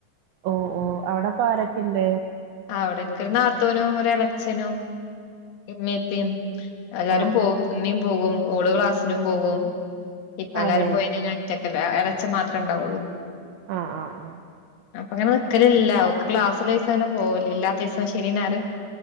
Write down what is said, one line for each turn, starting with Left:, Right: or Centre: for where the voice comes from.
Right: ഓഹ് ഓഹ് അവിടെപ്പ ആരൊക്കെ ഇണ്ട്?
Left: ആഹ് അവടെ നിക്കൊരു നാത്തൂനും, ഒരെളച്ചനും, ഇമ്മേ പ്പയും. എല്ലാരും
Right: ആഹ്
Left: പോവും
Right: ആഹ്
Left: ഇമ്മയും പോകും, ഓള് ക്ലാസ്സിനും പോകും. ഇപ്പ
Right: അതെ
Left: എല്ലാരും പോയേന ഞാൻ ഒറ്റക്കല്ലെ. എളേച്ചൻ മാത്രെ ഇണ്ടാവുള്ളൂ.
Right: ആഹ് ആഹ് ആഹ്
Left: അപ്പൊങ്ങനെ നി ക്കലില്ല. ഓക്ക് ക്ലാസിള്ളീസാങ്ങനെ പോകലില്ല. ഇല്ലാത്തീവസം ശനീം ഞായറും,